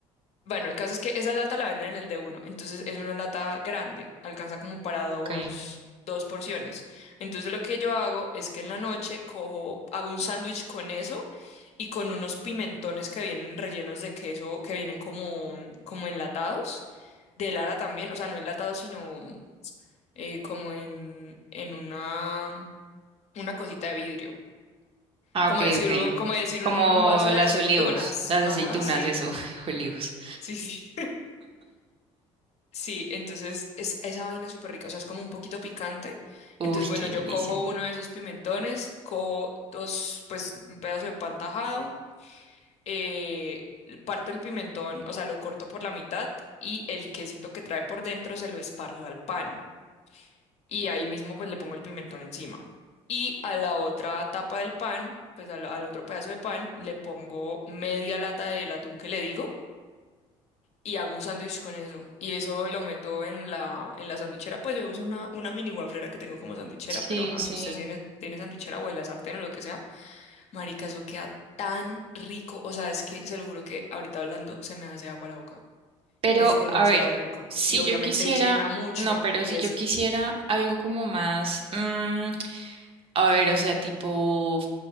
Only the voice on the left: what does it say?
bueno, el caso es que esa lata la venden en el de uno, entonces es una lata grande, alcanza como para dos,
dos porciones. Entonces lo que yo hago es que en la noche cojo, hago un sándwich con eso y con unos pimentones que vienen rellenos de queso, que vienen como, como enlatados, de Lara también, o sea, no enlatados, sino eh, como en, en una, una cosita de vidrio.
Como
decir
un, como decir
un, un vaso
de aceitunas.
Ajá, sí.
Sí, sí. Sí, entonces es esa vaina es súper rica, o sea, es como un poquito picante.
Entonces, bueno,
yo
cojo uno de esos pimentones, cojo dos, pues un pedazo de pan tajado, eh, parto el pimentón, o sea, lo corto por la mitad y el quesito que trae por dentro se lo esparzo al pan. Y ahí mismo pues le pongo el pimentón encima. Y a la otra tapa del pan, pues al, al otro pedazo de pan, le pongo media lata del atún que le digo y hago un sándwich con eso. Y eso lo meto en la, en la sandwichera. Pues yo uso una, una mini wafflera que tengo como sandwichera,
pero ajá,
si usted tiene, tiene sandwichera o en la sartén o lo que sea, marica, eso queda tan rico. O sea, es que se lo juro que ahorita hablando se me hace agua la boca.
Es demasiado
rico.
Y obviamente
llena mucho.
Y
es,